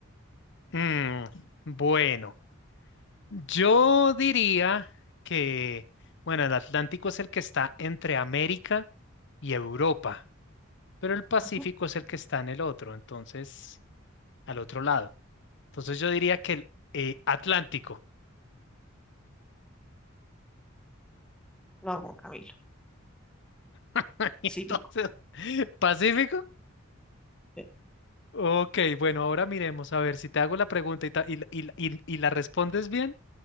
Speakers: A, on the left (about 60°); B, in the centre.
A: Mm, bueno. Yo diría que, bueno, el Atlántico es el que está entre América y Europa, pero el Pacífico
B: Ajá.
A: es el que está en el otro, entonces, al otro lado. Entonces yo diría que el eh, Atlántico.
B: No, Juan Camilo.
A: <laughs> Y
B: Pacífico.
A: Entonces, ¿Pacífico?
B: Sí,
A: Ok, bueno, ahora miremos a ver si te hago la pregunta y, ta- y la y la- y la- y la respondes bien,